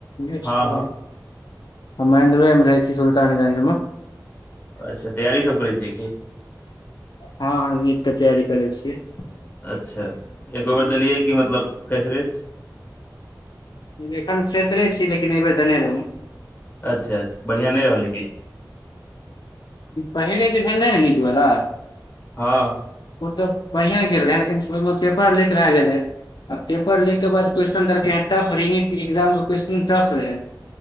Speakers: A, on the left; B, on the left.
A: <unintelligible>
B: हँ हँ
A: छी सुलतानगंज मे
B: अच्छा तैयारी सब करै छी की
A: हँ हँ नीट के तैयारी करै छियै
B: अच्छा एगो बेर देलियै की मतलब फ्रेशरे छी
A: एखन फ्रैशरे छी लेकिन ऐ बेर देने रहुं
B: अच्छा अच्छा बढ़िआं नहि रहलै की
A: पहिले जे भेलैह ने नीट बला
B: हँ
A: ओ तऽ बड़िया गेल रहे लेकिन ओहिमे पेपर लीक भए गेलै आ पेपर लिख के बाद क्वेशन त टफ <unintelligible> के एग्जाम क्वेस्न टफ रहे